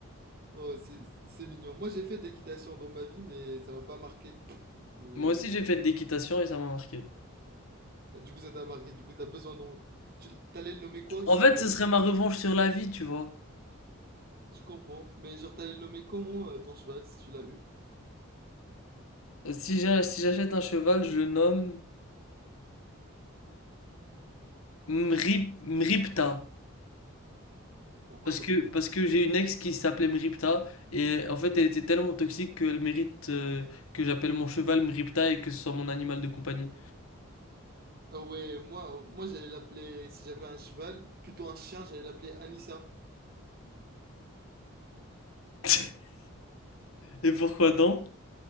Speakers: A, on the right; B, on the left.
A: Oh, c'est c'est mignon. Moi, j'ai fait de l'équitation dans ma vie, mais ça m'a pas marqué. Euh,
B: Moi aussi, j'ai fait de l'équitation et ça m'a marqué.
A: du coup, ça t'a marqué. Du coup, t'as besoin d'un... Tu t'allais le nommer quoi
B: En
A: si
B: fait,
A: tu l'as?
B: ce serait ma revanche sur la vie, tu vois.
A: Je comprends. Mais genre, t'allais le nommer comment euh, ton cheval si tu l'as eu?
B: Euh, Si j'ai- si j'achète un cheval, je le nomme Mrip, Mripta.
A: Pourquoi
B: Parce
A: me
B: que,
A: rip
B: parce que j'ai une ex qui s'appelait Mripta et en fait elle était tellement toxique qu'elle mérite euh, que j'appelle mon cheval Mripta et que ce soit mon animal de compagnie.
A: Ah ouais, moi, moi j'allais l'appeler, si j'avais un cheval, plutôt un chien, j'allais l'appeler Anissa.
B: <laughs> Et pourquoi donc?